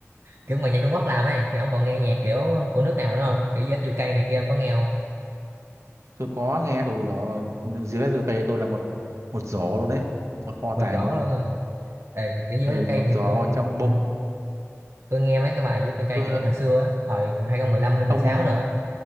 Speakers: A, on the right; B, on the right.
A: kiểu ngoài nhạc Trung Quốc làm ấy thì ông còn nghe nhạc kiểu của nước nào nữa không kiểu US UK này kia ông có nghe không
B: tôi có nghe ừ rồi dưới dưới cây tôi là một một giỏ luôn đấy một kho
A: và
B: tàng
A: rõ
B: luôn
A: luôn hả Ê, kiểu US
B: ừ
A: UK
B: một
A: thì
B: giỏ
A: tôi
B: trong bụng
A: ừ, tôi nghe mấy cái bài US UK
B: tôi
A: kiểu hồi xưa á thời 2015 hay 16
B: ông
A: rồi á